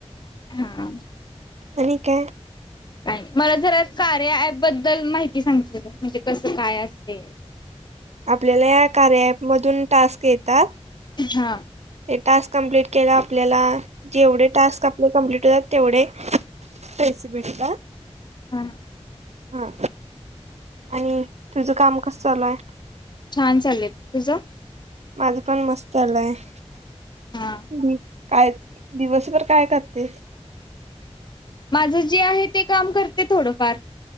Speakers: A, on the left; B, on the right.
A: हां.
B: आणि का??
A: काय.. मला जरा कार्या ऍप बद्दल माहिती सांगते काय म्हणजे कसं काय असते.
B: आपल्याला कार्या अँप मधून टास्क येतात.
A: हा.
B: ते टास्क कमप्लीट केलं आपल्याला जेवढे टास्क आपले कमप्लीट होतात. तेवढे पैसे भेटतात.
A: हम.
B: हा आणि तुझं काम कसं चालू हाय
A: छान चालेत तुझं.
B: माझं पण मस्त चालू हाय तू
A: हा
B: बी काय दिवसभर काय करतेस
A: माझं जे आहे ते काम करते थोडंफार.